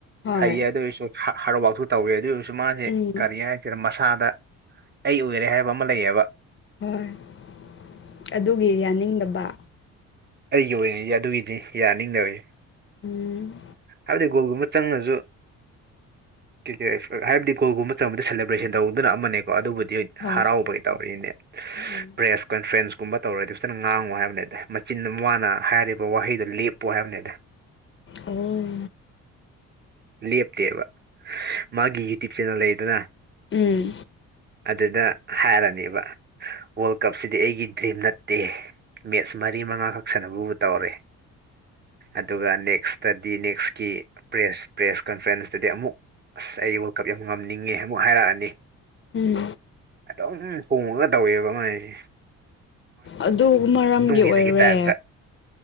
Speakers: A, on the left (about 35°); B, on the right (about 30°).
A: ꯍꯣꯏ
B: ꯍꯩꯌꯦ ꯑꯗꯨ ꯑꯣꯏꯔꯁꯨ ꯍ ꯍꯥꯔꯗ ꯁꯨ ꯇꯧꯋꯦ ꯑꯗꯨ ꯑꯣꯏꯔꯁꯨ ꯃꯥꯁꯦ
A: ꯎꯝ
B: ꯀꯔꯤ ꯍꯥꯏ ꯁꯤꯅ ꯃꯁꯥꯗ ꯑꯩ ꯑꯣꯏꯔꯦ ꯍꯥꯏꯕ ꯑꯃ ꯂꯩꯌꯦꯕ
A: ꯍꯣꯏ ꯍꯧꯖꯤꯛꯇꯤ ꯑꯗꯨꯒꯤ ꯌꯥꯅꯤꯡꯗꯕ
B: ꯑꯩꯒꯤ ꯑꯣꯏꯅꯗꯤ ꯑꯗꯨꯒꯤꯗꯤ ꯌꯥꯅꯤꯡꯗꯕ
A: ꯎꯝ
B: ꯍꯥꯏꯕꯗꯤ ꯒꯣꯜꯒꯨꯝꯕ ꯆꯪꯉꯁꯨ ꯀꯤꯀꯣ ꯑꯦꯛꯄꯠ ꯍꯥꯏꯕꯗꯤ ꯒꯣꯜꯒꯨꯝꯕ ꯆꯝꯕꯗ ꯁꯦꯂꯦꯕ꯭ꯔꯦꯁꯟ ꯇꯧꯗꯨꯅ ꯑꯃꯅꯦꯀꯣ ꯑꯗꯨꯕꯨꯗꯤ
A: ꯍꯣꯏ
B: ꯍꯔꯥꯎꯕꯩ ꯇꯧꯔꯤꯅꯦ
A: ꯎꯝ
B: ꯄ꯭ꯔꯦꯁ ꯀꯟꯐ꯭ꯔꯦꯟꯁ ꯀꯨꯝꯕ ꯇꯧꯔꯗꯤ ꯐꯖꯅ ꯉꯥꯡꯉꯨ ꯍꯥꯏꯕꯅꯤꯗꯤ ꯃꯆꯤꯟ ꯃꯥꯅ ꯍꯥꯏꯔꯤꯕ ꯋꯥꯍꯩꯗꯣ ꯂꯦꯞꯄꯨ ꯍꯥꯏꯕꯅꯤꯗ
A: ꯑꯧ
B: ꯂꯦꯞꯇꯦꯕ ꯃꯥꯒꯤ ꯌꯨꯇꯨꯞ‌ ꯆꯦꯅꯦꯜ ꯂꯩꯗꯅ
A: ꯎꯝ
B: ꯑꯗꯨꯗ ꯍꯥꯏꯔꯅꯦꯕ ꯋꯥꯜ ꯀꯞꯁꯤꯗꯤ ꯑꯩꯒꯤ ꯗ꯭ꯔꯤꯝ ꯅꯠꯇꯦ ꯃꯦꯠꯁ ꯃꯔꯤ ꯃꯉꯥꯈꯛ ꯁꯅꯕꯕꯨ ꯇꯧꯔꯦ ꯑꯗꯨꯒ ꯅꯦꯛꯁꯇꯗꯤ ꯅꯦꯛꯁꯀꯤ ꯄ꯭ꯔꯦꯁ ꯄ꯭ꯔꯦꯁ ꯀꯟꯐ꯭ꯔꯦꯟꯁꯇꯗꯤ ꯑꯃꯨꯛ ꯑꯁ ꯑꯩ ꯋꯥꯜꯀꯞ ꯌꯥꯝ ꯉꯝꯅꯤꯡꯉꯦ ꯑꯃꯨꯛ ꯍꯥꯏꯔꯛꯑꯅꯤ
A: ꯎꯝ
B: ꯑꯗꯨꯝ ꯍꯣꯡꯉꯒ ꯇꯧꯋꯦꯕ ꯃꯥꯥꯏ
A: ꯑꯗꯨ ꯃꯔꯝꯒꯤ
B: ꯏꯟꯅꯒꯤ
A: ꯑꯣꯏꯔꯦ
B: ꯇꯥꯏꯞꯇ